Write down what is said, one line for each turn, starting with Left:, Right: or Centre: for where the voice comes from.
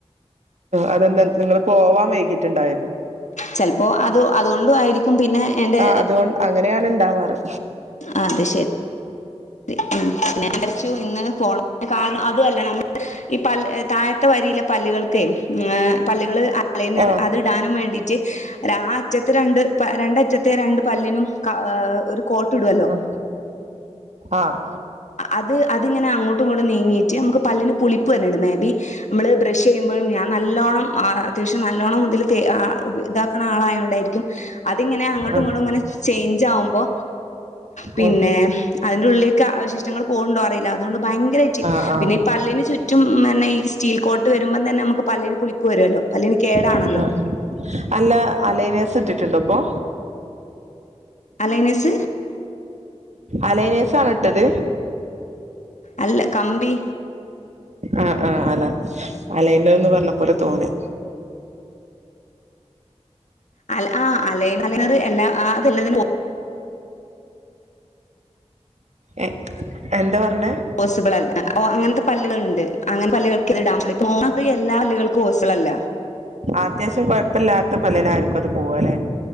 Right: അതെന്താ നിങ്ങള് പോവാൻ വൈകിട്ടുണ്ടായിരുന്നോ?
Left: ചെലപ്പോൾ അത് അതുകൊണ്ടുമായിരിക്കും പിന്നെ എന്റെ
Right: ആഹ് അതുകൊണ്ട് അങ്ങനെയാണ് ഇണ്ടാവാറ്
Left: ആഹ് അത് ശരി രി. ഉം. ഞാൻ വിചാരിച്ചു ഇന്ന് ഫോണ് <inaudible> കാരണം അതുമല്ല നമ്മള് ഈ പല്ല് താഴത്തെ വരിയിലെ പല്ലുകൾക്കേ പല്ലുകള് അലൈനറ്
Right: ആ
Left: അ ത് ഇടാനും വേണ്ടിട്ട് ആ അറ്റത്തെ രണ്ട് രണ്ടറ്റത്തെ രണ്ട് പല്ലിനും ക ഒരു കോട്ടിടുവ
Right: ല്ലോ ആഹ്
Left: അത് അതിങ്ങനെ അങ്ങോട്ടും ഇങ്ങോട്ടും നീങ്ങീയിട്ട് നമുക്ക് പല്ലിന് പുളിപ്പ് വരണുണ്ട് മേബി നമ്മള് ബ്രഷ് ചെയ്യുമ്പോഴും ഞാൻ നല്ലോണ്ണം അത്യാവശ്യം നല്ലോണ്ണം അതില് തേ ഇതാക്കണ ആളായോണ്ടായിരിക്കും അതിങ്ങനെ അങ്ങോട്ടും
Right: ആ ഉം ആ
Left: ഇങ്ങോട്ടും ഇങ്ങനെ ചേഞ്ച് ആവുമ്പോ പിന്നെ
Right: ഉം
Left: അതിന്റെ ഉള്ളിലേക്ക് അവശിഷ്ടങ്ങൾ പോകണ്ടോ അറിയില്ല അതുകൊണ്ട് ഭയങ്കരറ്റ്
Right: ആ ആ
Left: പിന്നെ ഈ പല്ലിന് ചുറ്റും പിന്നെ ഈ സ്റ്റീൽ കോട്ട് വരുമ്പം തന്നെ നമുക്ക് പല്ലിന് പുളിപ്പ് വരുമല്ലോ പല്ലിന് കേടാണല്ലോ
Right: ആ അല്ല അലൈനസ് ഇട്ടിട്ടുണ്ടോ അപ്പൊ
Left: അലൈനസ്
Right: അലൈനസ്ആണോഇട്ടത്
Left: അല്ല കമ്പി
Right: ആഹ് ആഹ് അല അലയനർ എന്ന് പറഞ്ഞ പോലെ തോന്നി
Left: അഹ് അലൈനറ് അല എല്ലാത്തിന് പോ
Right: എ എന്താ പറഞ്ഞേ
Left: പോസിബിൾ അല്ല ഓ അങ്ങനത്തെ പല്ലുകൾ ഉണ്ട് അങ്ങനത്തെ പല്ലുകൾക്ക് ഇത് ഇടാൻ പറ്റില്ല അത് എല്ലാ പല്ലുകൾക്കും പോസിബിൾ അല്ല
Right: അത്യാവശ്യം കൊഴപ്പില്ലാത്ത പല്ലിനായിരിക്കും അത് പോവല്